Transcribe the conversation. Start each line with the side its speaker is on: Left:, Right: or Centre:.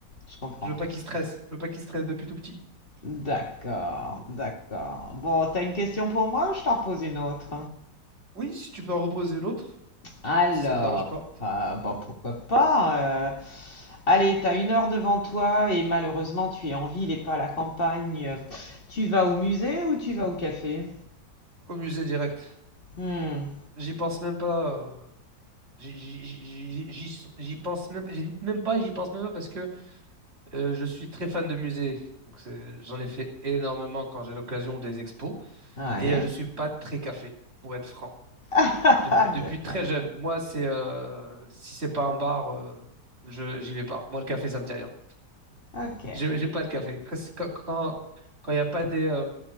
Left: je comprends.
Right: je veux pas qu'ils stressent. Je veux pas qu'ils stressent depuis tout petit.
Left: D'accord, d'accord. Bon, t'as une question pour moi ou je t'en pose une autre?
Right: Oui, si tu peux en reposer une autre,
Left: Alors,
Right: si ça te dérange pas.
Left: euh, bon, pourquoi pas. euh, Allez, t'as une heure devant toi et malheureusement tu es en ville et pas à la campagne. Tu vas au musée ou tu vas au café?
Right: Au musée direct.
Left: Hmm,
Right: J'y pense même pas. euh, J'y j'y- j'y- j'y- j'y pense même, j'hésite même pas, et j'y pense même pas parce que Euh, je suis très fan de musées, donc c'est- j'en ai fait énormément quand j'ai l'occasion ou des expos.
Left: ouais.
Right: Et euh, je suis pas très café, pour être franc.
Left: <laughs> D'accord,
Right: Depuis depuis très jeune, moi c'est euh, si c'est pas un bar, euh, je j'y vais pas. Moi le café ça me dit rien.
Left: ok.
Right: J'ai j'ai pas le café. Quand quand quand quand il y a pas des euh,